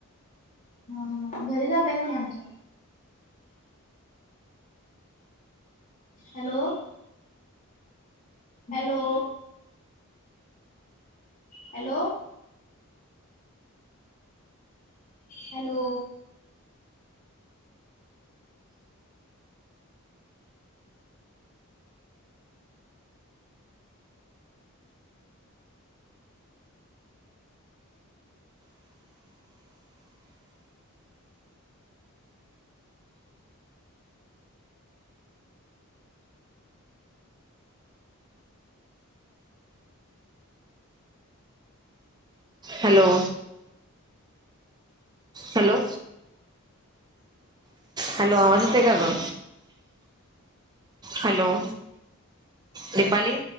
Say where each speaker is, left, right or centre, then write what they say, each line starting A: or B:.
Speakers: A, on the left; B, on the right.
A: हा घरी जातय का नाही आमच्या hello hello hello hello
B: hello hello hello आवाजते का ग हॅलो दीपाली